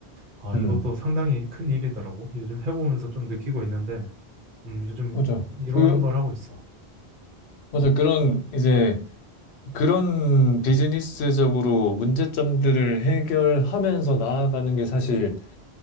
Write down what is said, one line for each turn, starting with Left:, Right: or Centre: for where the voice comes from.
Right: 아,
Left: 음.
Right: 이것도 상당히 큰 일이더라고. 요즘 해보면서 좀 느끼고 있는데 음, 요즘
Left: 맞아.
Right: 이런
Left: 그,
Right: 걸 하고 있어.
Left: 맞아. 그런, 이제, 그런 비즈니스적으로 문제점들을 해결하면서 나아가는 게 사실